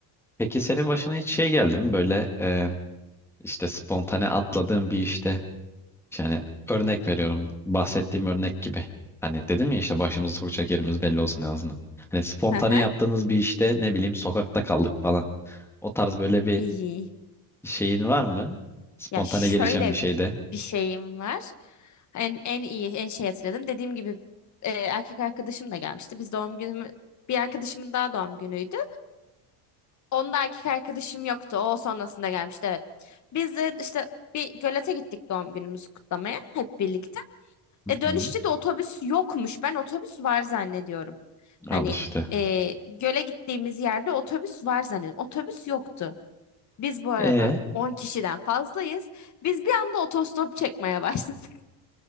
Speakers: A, in the centre; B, on the left (about 40°).
A: Peki senin başına hiç şey geldi mi böyle e, işte spontane atladığın bir işte yani örnek veriyorum bahsettiğim örnek gibi. Hani dedim ya işte başımızı sokacak yerimiz belli olsun en azından. Hani spontane
B: Hı hı.
A: yaptığınız bir işte ne bileyim sokakta kaldık falan. O tarz böyle bir
B: İyi.
A: Şeyin var mı? Spontane
B: Ya şöyle
A: gelişen bir şeyde.
B: bir şeyim var. En, en iyi, en şey hatırladım. Dediğim gibi e, erkek arkadaşım da gelmişti. Biz doğum günümü, bir arkadaşımın daha doğum günüydü. Onda erkek arkadaşım yoktu. O sonrasında gelmişti evet. Biz de işte bir gölete gittik doğum günümüzü kutlamaya hep birlikte.
A: Hı
B: E dönüşte
A: hı.
B: de otobüs yokmuş. Ben otobüs var zannediyorum.
A: Al
B: Hani
A: işte.
B: e, göle gittiğimiz yerde otobüs var zannediyorum. Otobüs yoktu. Biz bu arada
A: E,
B: 10 kişiden fazlayız. Biz bir anda otostop çekmeye başladık. <laughs>